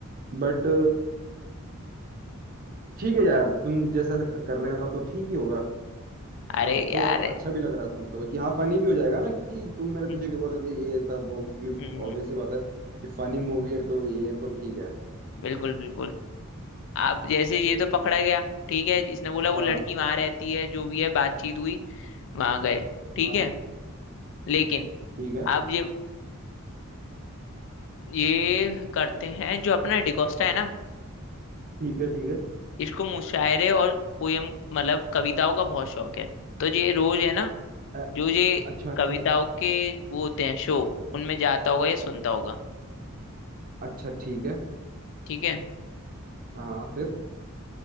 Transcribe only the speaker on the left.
अरे
यार
हम्म
हम्म,
बिल्कुल बिल्कुल अब जैसे ये तो पकड़ा गया ठीक है इसने बोला वो
लड़की वहां रहती है जो भी है बातचीत हुई वहां गए ठीक
है लेकिन
अब ये ये करते हैं जो अपना डिकोस्टा है ना
इसको मुशायरे और पोयम मतलब कविताओं का बहुत शौक है तो ये रोज है ना
जो ये
कविताओं के वो होते हैं शो उनमें जाता होगा या सुनता होगा
ठीक है